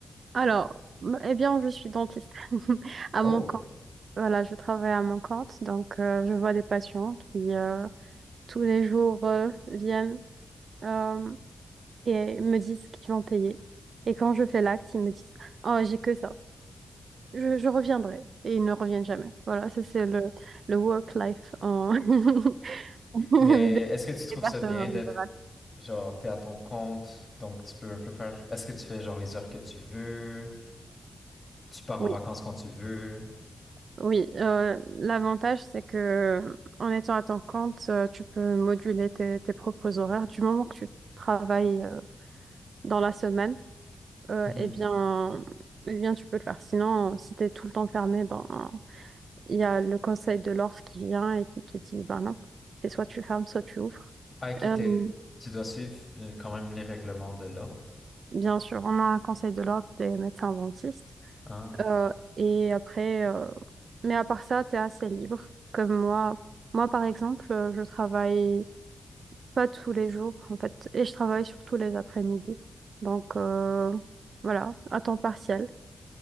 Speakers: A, on the right; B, on the left.
A: Alors, m- eh bien, je suis dentiste <laughs> à
B: Oh,
A: mon compte. Voilà, je travaille à mon compte, donc euh, je vois des patients qui euh, tous les jours euh, viennent euh, et me disent qu'ils vont payer. Et quand je fais l'acte, ils me disent, Oh, j'ai que ça, je, je reviendrai. Et ils ne reviennent jamais. Voilà, ça c'est le, le work life en... <laughs> des
B: mais est-ce que tu trouves
A: des personnes
B: ça bien
A: en
B: d'être
A: libéral.
B: Genre, t'es à ton compte, donc tu peux un peu faire. Est-ce que tu fais genre les heures que tu veux? Tu pars
A: Oui.
B: en vacances quand tu veux?
A: Oui, euh, l'avantage, c'est que en étant à ton compte, euh, tu peux moduler tes, tes propres horaires. Du moment que tu travailles euh, dans la semaine, euh,
B: Mhm.
A: eh bien, eh bien, tu peux le faire. Sinon, euh, si tu es tout le temps fermé, ben, il y a le conseil de l'ordre qui vient et qui te dit, ben non, c'est soit tu fermes, soit tu ouvres.
B: Ah, ok,
A: Euh,
B: t'es-
A: bon,
B: tu dois suivre euh, quand même les règlements de l'ordre.
A: bien sûr, on a un conseil de l'ordre des médecins dentistes.
B: Ah,
A: Euh, et après, euh, mais à part ça, tu es assez libre. Comme moi, moi par exemple, euh, je travaille pas tous les jours en fait, et je travaille surtout les après-midi. Donc euh, voilà, à temps partiel